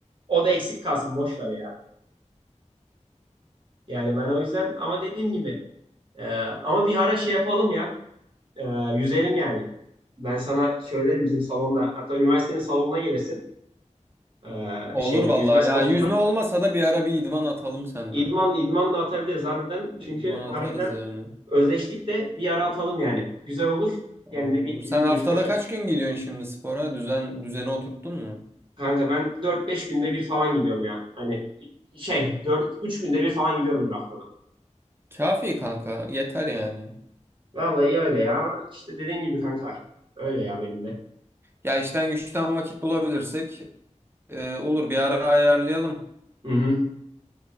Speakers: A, on the right; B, on the right.
A: O da eksik kalsın. Boş ver ya. Yani ben o yüzden ama dediğim gibi e, ama bir ara şey yapalım ya. E, yüzelim yani. Ben sana söylerim bizim salonda. Hatta üniversitenin salonuna gelirsin. E,
B: Olur
A: şeyine
B: vallahi
A: yüzme salonuna.
B: ya yüzme olmasa da bir ara bir idman atalım seninle.
A: İdman, idman da atabiliriz harbiden. Çünkü
B: İdman
A: harbiden
B: atarız yani.
A: özleştik de bir ara atalım yani. Güzel olur.
B: Olur
A: Hem de
B: olur.
A: bir
B: Sen
A: vücut
B: haftada
A: vücutla çalışmış
B: kaç gün gidiyorsun şimdi spora? Düzen düzeni oturttun mu?
A: Kanka ben dört beş günde bir falan gidiyorum ya. Hani şey dört üç günde bir falan gidiyorumdur haftada.
B: Kafi kanka yeter yani.
A: Vallahi öyle ya. İşte dediğin gibi kanka. Öyle ya benim de.
B: Ya işten güçten vakit bulabilirsek e, olur bir ara ayarlayalım.
A: Hı hı.